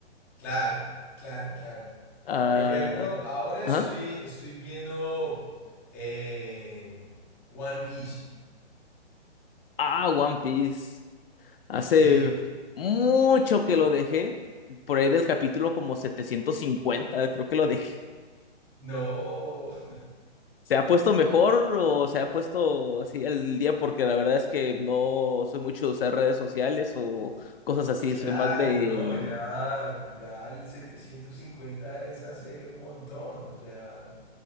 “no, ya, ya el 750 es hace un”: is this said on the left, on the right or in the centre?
Centre